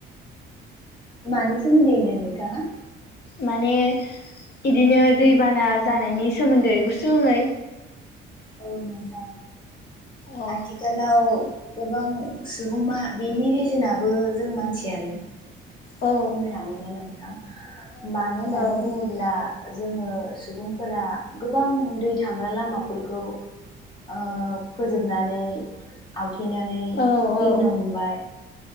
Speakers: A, on the left; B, on the left.
A: मानि सोमोन्दै होनदों नोंथाङा
B: माने इदिनो दैबाना जानायनि सोमोन्दै गुसुङै
A: औ नोंथां
B: अ
A: आथि खालाव गोबां सुबुं मा बेनि रिजोनाबो जों मानसियानो
B: औ
A: बुंनो थाङोब्ला नोंथां मानो होननानै
B: औ
A: बुङोब्ला जोङो सुबुंफोरा गोबां दै थांग्रा लामाफोरखौ ओ फोजोबनानै आवथेनानै
B: औ
A: दोननो
B: औ
A: हमबाय